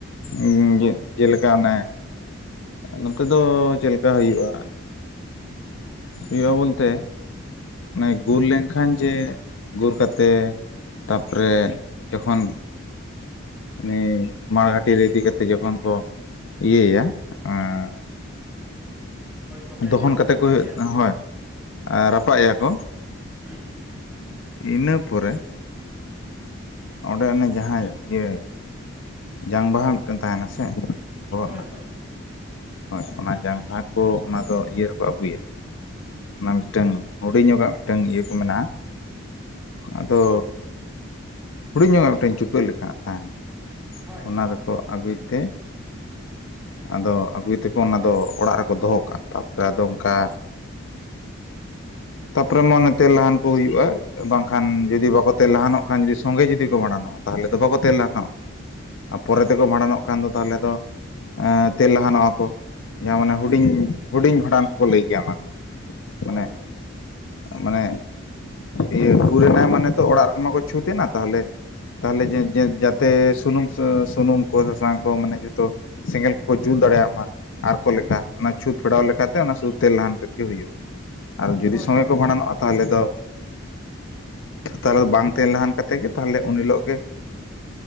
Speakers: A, on the left (about 65°); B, in the centre.
A: ᱩᱢ ᱱᱤᱛ ᱪᱮᱞᱮᱠᱟ ᱚᱱᱮ ᱚᱱᱛᱮ ᱫᱚ ᱪᱮᱫ ᱞᱮᱠᱟ ᱦᱳᱭᱩᱜᱼᱟ? ᱦᱳᱭᱳᱜᱼᱟ ᱵᱚᱞᱛᱮ ᱢᱟᱱᱮ ᱜᱩᱨ ᱞᱮᱱᱠᱷᱟᱱ ᱡᱮ, ᱜᱩᱨ ᱠᱟᱛᱮ ᱛᱟᱯᱚᱨᱮ ᱡᱚᱠᱷᱚᱱ ᱩᱱᱤ ᱢᱟᱲᱜᱷᱟᱴᱤ ᱨᱮ ᱤᱫᱤ ᱠᱟᱛᱮ, ᱡᱚᱠᱷᱚᱱ ᱠᱚ ᱤᱭᱟᱹᱭᱟ, ᱮᱸ
B: ᱦᱳᱭ ᱛᱚᱯᱮ
A: ᱫᱚᱦᱚᱱ
B: ᱜᱮᱭᱟ
A: ᱠᱟᱛᱮ
B: ᱥᱮ ᱨᱟᱯᱟᱜ
A: ᱠᱚ ᱦᱩᱭᱩᱜ,
B: ᱜᱮᱭᱟ
A: ᱦᱳᱭ ᱨᱟᱯᱟᱜ ᱮᱭᱟ ᱠᱚ
B: ᱦᱩᱸ, ᱦᱩᱸ᱾
A: ᱤᱱᱟᱹ ᱯᱚᱨᱮ, ᱚᱸᱰᱮ ᱚᱱᱮ ᱡᱟᱦᱟᱸᱭ ᱤᱭᱟᱹ ᱡᱟᱝ ᱵᱟᱦᱟ ᱢᱤᱫᱴᱮᱱ ᱛᱟᱦᱮᱱᱟ ᱥᱮ, ᱵᱚᱦᱚᱜ
B: ᱦᱳᱭ
A: ᱨᱮᱱᱟᱜ
B: ᱦᱳᱭ
A: ᱦᱳᱭ, ᱚᱱᱟ ᱡᱟᱝ ᱵᱟᱦᱟ ᱠᱚ, ᱚᱱᱟᱫᱚ ᱤᱭᱟᱹ ᱨᱮᱠᱚ ᱟᱹᱜᱩᱭᱟ᱾ ᱚᱱᱟ ᱢᱤᱫᱴᱟᱝ ᱦᱩᱰᱤᱧ ᱧᱚᱜᱟᱜ, ᱢᱤᱫᱴᱟᱝ ᱤᱭᱟᱹ ᱠᱚ ᱢᱮᱱᱟᱜᱼᱟ, ᱟᱫᱚ ᱦᱩᱰᱤᱧ ᱧᱚᱜᱟᱜ ᱢᱤᱫᱴᱮᱱ ᱪᱩᱠᱟᱹ ᱞᱮᱠᱟ, ᱛᱟᱦᱮᱸᱱᱟ
B: ᱦᱳᱭ
A: ᱚᱱᱟ
B: ᱦᱳᱭ
A: ᱨᱮ᱾ ᱠᱚ ᱟᱹᱜᱩᱭ ᱛᱮ ᱟᱫᱚ ᱟᱹᱜᱩᱭ ᱛᱮᱠᱚ ᱚᱱᱟᱫᱚ ᱚᱲᱟᱜ ᱨᱮᱠᱚ ᱫᱚᱦᱚ ᱠᱟᱜᱼᱟ, ᱛᱟᱨᱯᱚᱨᱮ ᱟᱫᱚ ᱚᱠᱟ? ᱛᱟᱯᱚᱨᱮ ᱢᱟ ᱚᱱᱮ ᱛᱮᱞ ᱱᱟᱦᱟᱱ ᱠᱚ ᱦᱩᱭᱩᱜᱼᱟ ᱵᱟᱝᱠᱷᱟᱱ ᱡᱩᱫᱤ ᱵᱟᱠᱚ ᱛᱮᱞ ᱞᱟᱦᱟᱱᱚᱜ ᱠᱷᱟᱱ ᱡᱩᱫᱤ ᱥᱚᱸᱜᱮ ᱡᱩᱫᱤ ᱠᱚ ᱵᱷᱟᱰᱟᱱᱚᱜᱼᱟ ᱛᱟᱦᱚᱞᱮ ᱫᱚ ᱵᱟᱠᱚ ᱛᱮᱞ ᱞᱟᱦᱟᱱᱚᱜᱼᱟ ᱟᱨ ᱯᱚᱨᱮ ᱛᱮᱠᱚ ᱵᱷᱟᱸᱰᱟᱱᱚᱜ ᱠᱷᱟᱱ ᱫᱚ ᱛᱟᱦᱚᱞᱮ ᱫᱚ, ᱛᱮᱞ ᱞᱟᱦᱟᱱᱚᱜᱼᱟ ᱠᱚ ᱡᱟᱦᱟᱸ ᱢᱟᱱᱮ ᱦᱩᱰᱤᱧ ᱦᱩᱰᱤᱧ ᱵᱷᱟᱸᱰᱟᱱ ᱦᱚᱸᱠᱚ ᱞᱟᱹᱭ ᱜᱮᱭᱟ ᱚᱱᱟ ᱫᱚ,
B: ᱦᱳᱭ
A: ᱢᱟᱱᱮ
B: ᱦᱳᱭ,
A: ᱢᱟᱱᱮ ᱤᱭᱟᱹ ᱜᱩᱨᱮᱱᱟᱭ ᱢᱟᱱᱮ ᱛᱚ ᱚᱲᱟᱜ ᱨᱮᱢᱟᱠᱚ ᱪᱷᱩᱸᱛ ᱮᱱᱟ ᱛᱟᱦᱞᱮ, ᱛᱟᱦᱞᱮ ᱡᱟᱛᱮ ᱥᱩᱱᱩᱢ ᱥᱩᱱᱩᱢ ᱠᱚ ᱥᱟᱥᱟᱝ ᱠᱚ ᱢᱟᱱᱮ ᱡᱷᱚᱛᱚ, ᱥᱮᱸᱜᱮᱞ ᱠᱚᱠᱚ ᱡᱩᱞ ᱫᱟᱲᱮᱭᱟᱜ ᱢᱟ, ᱟᱨ ᱠᱚ ᱞᱮᱠᱟ ᱚᱱᱟ ᱪᱷᱩᱸᱛ ᱯᱷᱮᱰᱟᱣ ᱞᱮᱠᱟᱛᱮ ᱚᱱᱟ ᱥᱩᱫᱷᱩ ᱛᱮᱞ ᱞᱟᱦᱟᱱ ᱛᱮᱫ ᱜᱮ ᱦᱩᱭᱩᱜᱼᱟ, ᱟᱨ ᱡᱩᱫᱤ
B: ᱦᱳᱭ
A: ᱥᱚᱸᱜᱮ
B: ᱦᱳᱭ ᱟᱨ
A: ᱠᱚ
B: ᱱᱚᱜᱼᱚᱭ
A: ᱵᱷᱟᱸᱰᱟᱱᱚᱜᱼᱟ ᱛᱟᱦᱚᱞᱮ ᱫᱚ ᱛᱟᱦᱞᱮ ᱫᱚ ᱵᱟᱝ ᱛᱟᱦᱮᱸ ᱛᱮᱞ ᱞᱟᱦᱟᱱ, ᱠᱟᱛᱮ ᱜᱮ ᱛᱟᱦᱞᱮ ᱩᱱ ᱦᱤᱞᱳᱜ ᱜᱮ,